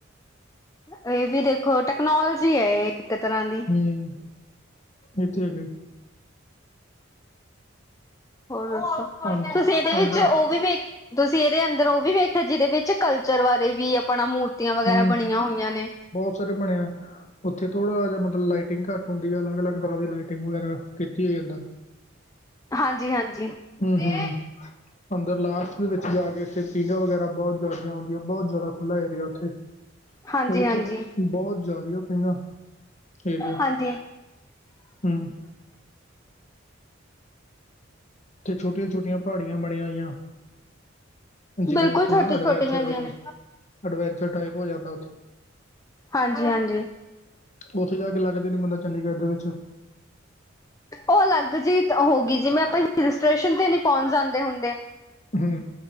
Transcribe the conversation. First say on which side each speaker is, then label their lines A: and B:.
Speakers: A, on the left (about 15°); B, on the left (about 35°).
A: ਇਹ ਜੀ ਦੇਖੋ, ਟੈਕਨੋਲਜੀ ਹੈ ਇਹ ਇੱਕ ਤਰ੍ਹਾਂ ਦੀ।
B: ਹੂੰ, ਇਹ ਤੇ ਹੈਗਾ ਈ।
A: ਹੋਰ ਦੱਸੋ,
B: ਅੰਦ-
A: ਤੁਸੀਂ ਇਹਦੇ ਵਿੱਚ
B: ਅੰਦਰ
A: ਉਹ ਵੀ ਵੇਖ- ਤੁਸੀਂ ਇਹਦੇ ਅੰਦਰ ਉਹ ਵੀ ਵੇਖਿਆ ਜਿਹਦੇ ਵਿੱਚ ਕਲਚਰ ਬਾਰੇ ਵੀ, ਆਪਣਾ ਮੂਰਤੀਆਂ ਵਗੈਰਾ
B: ਹੂੰ
A: ਬਣੀਆਂ ਹੋਈਆਂ ਨੇ।
B: ਸਾਰੇ ਬਣਿਆ ਓਥੇ ਥੋੜਾ ਜਾ ਮਤਲਬ ਲਾਈਟਿੰਗ ਘਾੱਟ ਹੁੰਦੀ ਆ ਅਲੱਗ-ਅਲੱਗ ਤਰਾ ਦੀ ਲਾਈਟਿਗ ਵਗੈਰਾ ਕੀਤੀ ਓਈ ਏ ਐਦਾ
A: ਹਾਂਜੀ, ਹਾਂਜੀ
B: ਹੂੰ
A: ਤੇ
B: ਹੂੰ ਅੰਦਰ ਲਾਸਟ ਦੇ ਵਿੱਚ ਜਾ ਕੇ ਇੱਥੇ ਪੀਂਘਾਂ ਵਗੈਰਾ ਬਹੁਤ ਜ਼ਿਆਦਾਆਂ ਹੁੰਦੀਆਂ, ਬਹੁਤ ਜ਼ਿਆਦਾ ਖੁੱਲ੍ਹਾ ਏਰੀਆ ਉੱਥੇ।
A: ਹਾਂਜੀ
B: ਉਥੇ
A: ਹਾਂਜੀ
B: ਬੋਤ ਜ਼ਿਆਦੀਆ ਪਈਆਂ ਏਰੀਆ
A: ਹਾਂਜੀ
B: ਹਮਮ ਤੇ ਛੋਟੀਆਂ-ਛੋਟੀਆਂ ਪਹਾੜੀਆਂ ਬਣੀਆ ਹੋਈਆਂ। ਜਿਵੇਂ
A: ਬਿਲਕੁਲ
B: ਅਪਾਂ
A: ਛੋਟੀ
B: ਅਡਵੈਂਚਰ
A: ਛੋਟੀਆਂ
B: ਵਗ
A: ਜਿਹੀਆਂ ਨੇ
B: ਅਡਵੈਂਚਰ ਟਾਈਪ ਓ ਜਾਂਦਾ ਓਥੇ
A: ਹਾਂਜੀ-ਹਾਂਜੀ।
B: ਉੱਥੇ ਜਾ ਕੇ ਲੱਗਦੇ ਨੇ ਬੰਦਾ ਚੰਡੀਗੜ੍ਹ ਦੇ ਵਿੱਚ,
A: ਓਹ ਅਲੱਗ ਜੀਤ ਹੋ ਗੀ ਜਿਵੇਂ ਅਪਾਂ ਰੈਜਿਸਟੇਸ਼ਨ ਤੇ ਨੀ ਪੋਨ ਜਾਂਦੇ ਹੁੰਦੇ
B: ਹੂੰ।